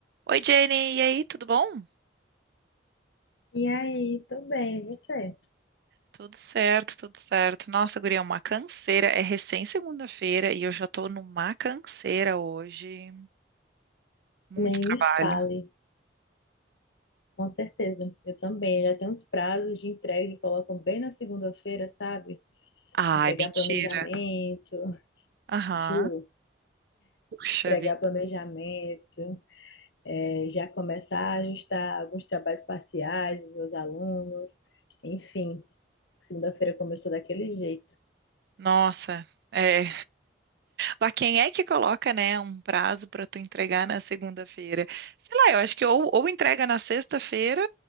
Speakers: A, on the right; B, on the left.
A: Oi, Jenny, e aí, tudo bom?
B: E aí, tudo bem, e você?
A: Tudo certo, tudo certo. Nossa, guria, é uma canseira. É recém segunda-feira e eu já tô numa canseira hoje. Muito
B: Nem
A: trabalho.
B: me fale, com certeza. Eu também, já tem uns prazos de entrega que colocam bem na segunda-feira, sabe?
A: Ai,
B: Entregar
A: mentira.
B: planejamento,
A: Aham.
B: juro,
A: Puxa
B: entregar
A: vida.
B: planejamento, eh, já começar a ajustar alguns trabalhos parciais dos meus alunos, enfim, segunda-feira começou daquele jeito.
A: Nossa. É. Mas quem é que coloca, né, um prazo pra tu entregar na segunda-feira? Sei lá, eu acho que ou, ou entrega na sexta-feira